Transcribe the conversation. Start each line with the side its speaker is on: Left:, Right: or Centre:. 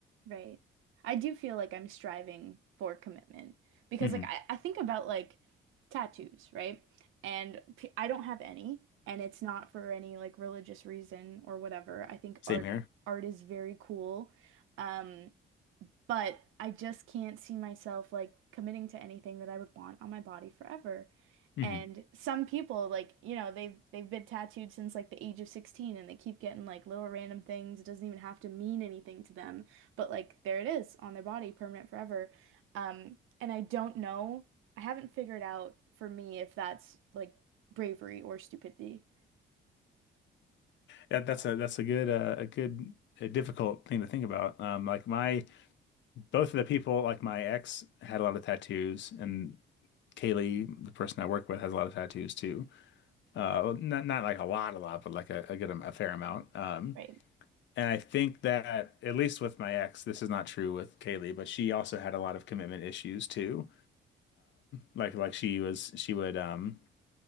Right: Right. I do feel like I'm striving for commitment because
Left: hmm
Right: like I, I think about like tattoos, right? And p I don't have any and it's not for any like religious reason or whatever. I think
Left: Same
Right: art
Left: here.
Right: art is very cool. Um but I just can't see myself like committing to anything that I would want on my body forever.
Left: hmm
Right: And some people like, you know, they've they've been tattooed since like the age of 16 and they keep getting like little random things. It doesn't even have to mean anything to them, but like there it is on their body, permanent forever. Um, and I don't know. I haven't figured out for me if that's like bravery or stupidity.
Left: That, that's a that's a good uh, a good a difficult thing to think about. Um, like my both of the people, like my ex had a lot of tattoos, and Kaylee, the person I work with, has a lot of tattoos too. Uh, well, not not like a lot, a lot, but like a, a good a fair amount. Um,
Right: Right.
Left: and I think that at least with my ex, this is not true with Kaylee, but she also had a lot of commitment issues too. Like like she was she would um